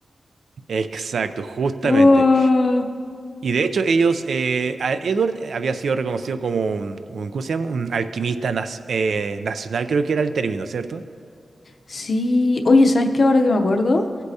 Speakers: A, on the right; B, on the left.
A: Exacto, justamente.
B: Wow.
A: Y de hecho ellos, eh, a- Edward eh, había sido reconocido como un, un- ¿cómo se llama? Un alquimista nas- eh, nacional, creo que era el término, ¿cierto?
B: Sí, oye, ¿sabes qué ahora que me acuerdo?